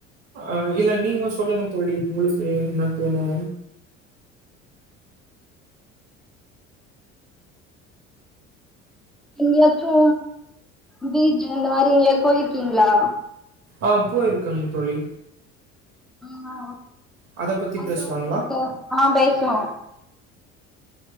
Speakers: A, on the right; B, in the centre.
A: அ இல்ல நீங்க சொல்லுங்க தோழி உங்களுக்கு என்ன தோணு
B: எங்கயாச்சு பீச் இந்த மாரி எங்கையாது போயிருக்கீங்ளா
A: ஆ போயிருக்கங் தோழி
B: ஆ
A: அத பத்தி
B: அங்க
A: பேசலாங்களா
B: உங்களுக்கு ஆ பேசுவோ